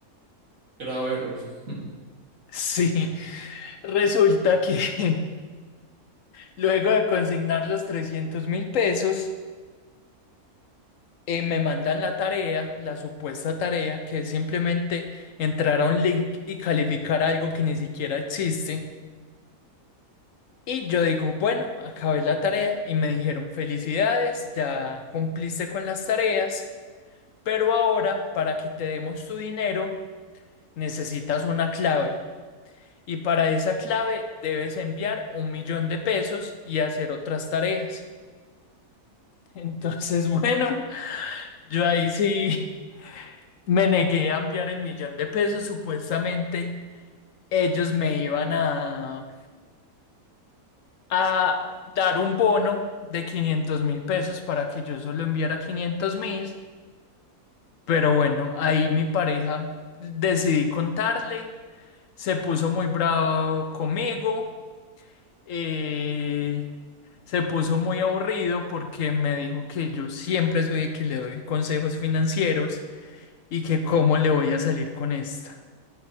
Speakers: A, on the right (about 60°); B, on the left (about 70°).
A: Grave error. <laughs>
B: Sí, <laughs> resulta que <laughs> luego de consignar los trescientos mil pesos, eh, me mandan la tarea, la supuesta tarea, que es simplemente entrar a un link y calificar algo que ni siquiera existe. Y yo digo, bueno, acabé la tarea y me dijeron, felicidades, ya cumpliste con las tareas. Pero ahora, para que te demos tu dinero, necesitas una clave. Y para esa clave debes enviar un millón de pesos y hacer otras tareas. <laughs> Entonces, bueno, yo ahí sí me negué a enviar el millón de pesos. Supuestamente ellos me iban a, a dar un bono de quinientos mil pesos para que yo solo enviara quinientos mil. Pero bueno, ahí mi pareja decidí contarle. se puso muy bravo conmigo, eh, se puso muy aburrido porque me dijo que yo siempre soy el que le doy consejos financieros y que cómo le voy a salir con esta.